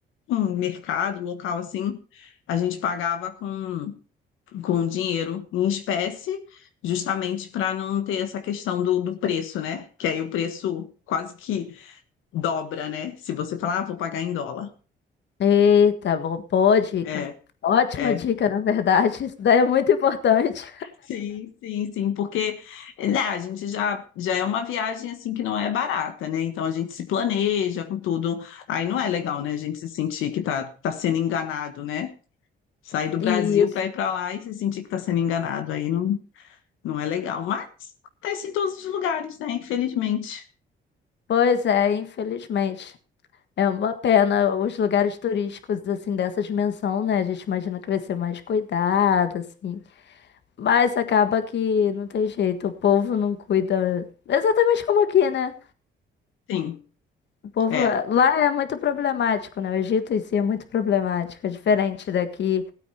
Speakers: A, on the left; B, on the left.
A: um mercado local assim, a gente pagava com com dinheiro em espécie, justamente para não ter essa questão do, do preço, né? Que aí o preço quase que dobra, né? Se você falar, ah, vou pagar em dólar.
B: Eita, bom, boa dica.
A: É,
B: Ótima
A: é.
B: dica, na verdade. Isso daí é muito importante.
A: Sim, sim, sim, porque né, a gente já, já é uma viagem assim que não é barata, né? Então a gente se planeja com tudo. Aí não é legal, né? A gente se sentir que tá, tá sendo enganado, né? Sair do
B: <laughs>
A: Brasil
B: Isso.
A: para ir para lá e se sentir que tá sendo enganado. Aí não, não é legal. Mas acontece em todos os lugares, né? Infelizmente.
B: Pois é, infelizmente. É uma pena os lugares turísticos, assim, dessa dimensão, né? A gente imagina que vai ser mais cuidado, assim. Mas acaba que não tem jeito. O povo não cuida. Exatamente como aqui, né?
A: Sim,
B: O povo
A: é.
B: lá é muito problemático, né? O Egito em si é muito problemático. É diferente daqui.